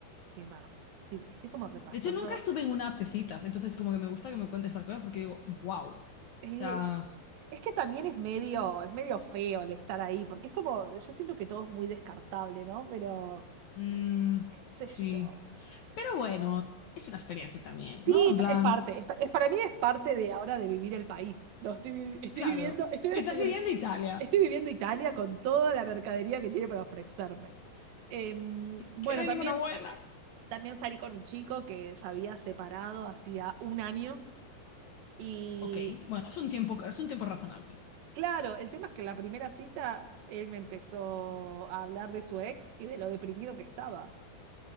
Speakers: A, on the right (about 85°); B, on the left (about 75°).
A: ¿qué más? Estoy, estoy como repasando.
B: De hecho, nunca estuve en una app de citas, entonces como que me gusta que me cuentes estas cosas porque digo, wow. O
A: Eh,
B: sea,
A: es que también es medio, es medio feo el estar ahí, porque es como, yo siento que todo es muy descartable, ¿no? Pero,
B: mm,
A: qué sé
B: sí.
A: yo.
B: Pero bueno,
A: Eh,
B: es una experiencia también,
A: Sí,
B: ¿no? En plan,
A: es parte, es pa- es- para mí es parte de ahora de vivir el país. No, estoy, vi- estoy
B: Claro,
A: viviendo, estoy, ahora
B: estás
A: estoy,
B: viviendo
A: en-
B: en Italia,
A: estoy viviendo Italia con toda la mercadería que tiene para ofrecerme. Em, bueno,
B: que no hay
A: también,
B: ninguna buena.
A: también salí con un chico que se había separado hacía un año y
B: Ok, bueno, es un tiempo, es un tiempo razonable.
A: claro, el tema es que en la primera cita él me empezó a hablar de su ex y de lo deprimido que estaba.